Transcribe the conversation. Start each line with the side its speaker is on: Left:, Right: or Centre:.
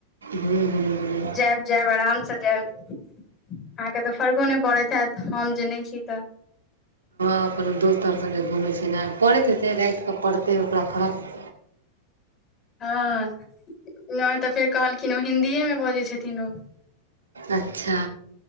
Right: हू हू ह।
Left: जैब जैब आरामसँ जैब। अहाँके तऽ फर्को नै पड़ैत हैत हम जे नै छी तऽ।
Right: आ कोनो दोस्त ओर संगे घुमय छै नै परैत हेतै राति कऽ पड़तै ओकरा फरक।
Left: हँ नै तऽ फेर कहलखिन ओ हिन्दीएमे बजै छथिन ओ।
Right: अच्छा।